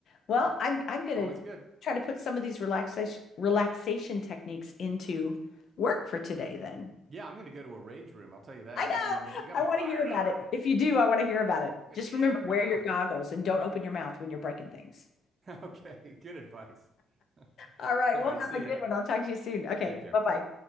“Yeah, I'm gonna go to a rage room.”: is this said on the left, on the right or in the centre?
Right